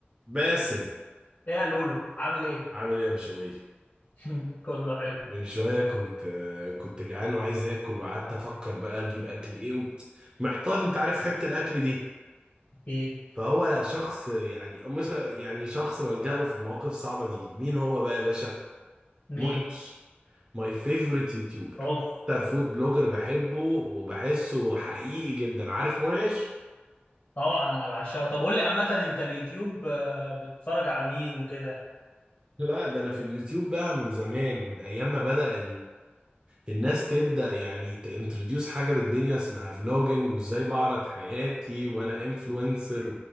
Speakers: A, on the right; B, on the left.
A: باسم
B: يا لولو عامل ايه؟
A: عامل ايه يا بشوية
B: <laughs> كله حلو
A: من شوية كنت آه، كنت جعان وعايز اكل وقعدت افكر بقى اجيب اكل ايه و- محتار انت عارف حيرة الاكل دي
B: ايه
A: فهو شخص يعني مش يعني شخص بلجأ له في المواقف الصعبة دي مين هو بقى يا باشا
B: مين؟
A: منعش ماي فيفورت يوتيوبر
B: اوف
A: اكتر فود بلوجر بحبه وبحسه حقيقي جدا عارف منعش
B: طبعا انا بعشقه طب قول لي عامة انت اليوتيوب آه، بتتفرج على مين وكده؟
A: لا ده انا في اليوتيوب بقى من زمان من ايام ما بدأ الناس تبدأ يعني تانتروديوس حاجة للدنيا اسمها فلوجينج وازاي بعرض حياتي وانا انفلونسر